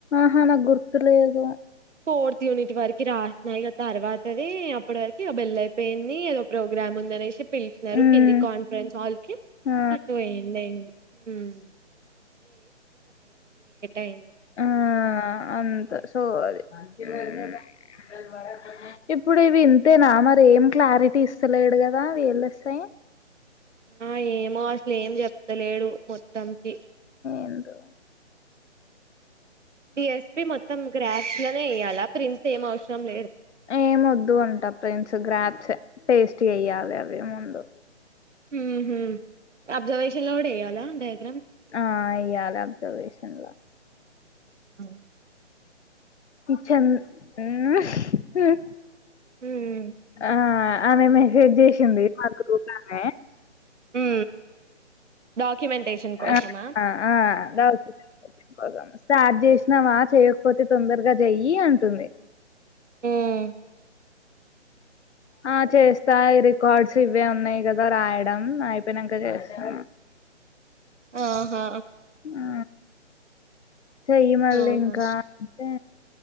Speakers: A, on the left (about 70°); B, on the right (about 85°).
A: ఆ నాకు గుర్తులేదు
B: ఫోర్త్ యూనిట్ వరకి రాసినయి ఆ తర్వాతది అప్పటి వరకు బెల్ అయిపేయింది ఏదో ప్రోగ్రామ్ ఉందనేసి పిలిచినారు
A: ఉమ్
B: కింది కాన్ఫరెన్స్ హాల్ కి
A: ఆ
B: అటు వేయండి ఇంకా మ్మ్ అయింది
A: ఆ అంత సోది ఆ <inaudible> ఇప్పుడు ఇవి ఇంతేనా మరి ఏం క్లారిటీ ఇస్తలేడు కదా వీళ్ళొస్తే
B: ఆ ఏమో అసలు ఏం చెప్ వందలేడు మొత్తంకి
A: ఏందో
B: ఎస్పి మొత్తం గ్రాస్ <unintelligible> అలా ప్రిన్స్ ఏం అవసరం లేదా
A: ఏం వద్దు అంటా ఫ్రెండ్స్ గ్రాప్స్ పేస్ట్ చేయ్యాలి అవి ముందు
B: ఉమ్ ఉహూ ఆబ్జర్వేషన్ లోడే <unintelligible>
A: ఆ అయ్య అబ్జర్వేషన్ల
B: హా
A: చెన్ <unintelligible> మ్మ్
B: ఉమ్
A: ఆ అనే మెసేజ్ చేసింది మాకు గ్రూప్ ఆమె
B: ఉ డాక్యుమెంటేషన్ కోసమా
A: ఆ ఆ ఆ డౌట్ కోసం స్టార్ట్ చేసినవా చేయకపోతే తొందరగా చెయ్యి అంటుంది
B: మ్మ్
A: ఆ చేస్తాయి రికార్డ్స్ ఇవే ఉన్నాయి కదా రాయడం అయిపోయినాక చేస్తా
B: ఆహా
A: ఆ చెయ్యి మళ్ళీ
B: అవునా
A: ఇంకా అంటే